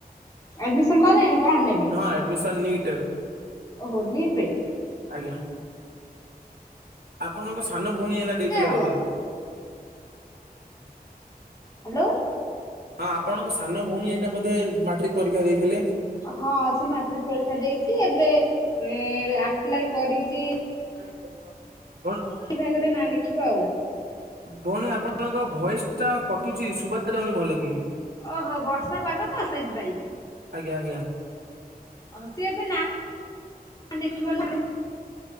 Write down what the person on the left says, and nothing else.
ଆଡ଼ମିଶନ୍ କଲେଣିି କଣ ନେବେ।
ଓହୋ ନିଟ୍ ପେଇଁ।
ହବ
ହାଲୋ।
ହଁ ସେ ମାଟ୍ରିକ ପରୀକ୍ଷା ଦେଇଛି ଏବେ ଏ ଆପ୍ଲାଏ କରିଚି
ଚି ଭାଗରେ ନାଁ ଲେଖିବ ଆଉ।
ଓହୋ ବର୍ଷା ପାଗ ତ ସେଇଥିପାଇଁ।
ଅ ସିଏ ଏବେ ନା <unintelligible>